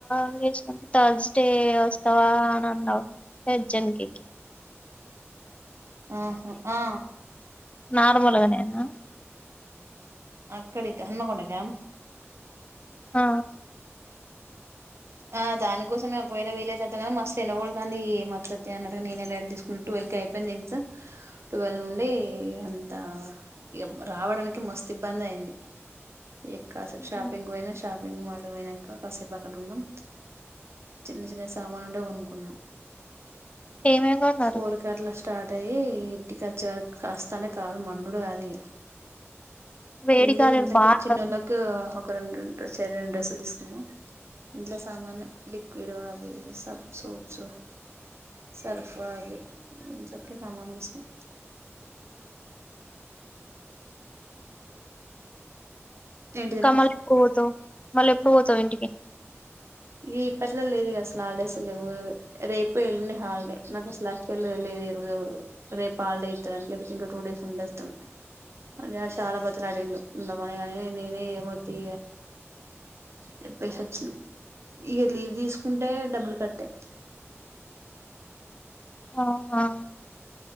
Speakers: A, on the left; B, on the right.
A: ల్ చేసినప్పుడు థర్డ్స్ డే వస్తావా అని అన్నావు జన్కకి
B: ఆహ ఆ
A: నార్మల్గానేనా
B: అక్కడికి హన్మకొండకా
A: ఆ
B: ఆ దానికోసమే ఒకవేళ వీలైతే వద్దాంగానీ మస్తు ఎండగోడ్తా ఉంది ఏ మద్దతు అన్నగా నేనేలాది తీసుకుంటూ టువెల్కి అయిపోయింది ఎగ్జామ్ టువెల్ నుండి అంత ఇగ రావడానికి మస్త్ ఇబ్బంది అయింది ఎ కాసేపు
A: ఆ.
B: షాపింగ్ పోయినా షాపింగ్ మాల్ పోయినాక కాసేపు అక్కడ ఉన్నాం చిన్న చిన్న సామాను ఉంటే కొనుక్కున్నాం
A: ఏం ఏం కోన్నారు
B: ఫోర్ కి అట్లా స్టార్ట్ అయ్య ఇంటికి వచ్చే వరకు కాస్తానే కాల మన్నుడు కాదు ఇక
A: వేడి
B: ఏమి లేదు
A: కాలేదు
B: ఇంట్లొకే
A: బాగా
B: చిన్నోళ్ళకి ఒక రెండు చెర రెండు డ్రెస్సులు తీసుకున్నాం ఇంట్లో సామాన్ లిక్విడ్ అవి ఇవి సబ్ సోప్స్ సరఫ అ ఇంతక సామాను తీసుకున్నాం ఏంటిదిరా
A: ఇంకా మళ్ళీ ఎప్పుడు పోతావు మళ్ళీ ఎప్పుడు పోతావు ఇంటికి
B: ఇ ఇప్పట్లో లేదు ఇక అసలు హాలిడేస్లు లేవు రేపు ఎళ్ళండే హాలిడే నాకు అసలు యాక్చువల్ వ్మో వాలు ఈ రోజు రేపు హాలిడే ఇస్తారని లేకపోతే ఇంకా టూ డేస్ ఉండే వస్తాం అడు చాలా బతలాడిండు ఉండమని కాగాని నేనే ఏమోతి చేప్పేసొచ్చిన ఇక లీవ్ తీసుకుంటే డబ్బులు కట్టే
A: ఆహా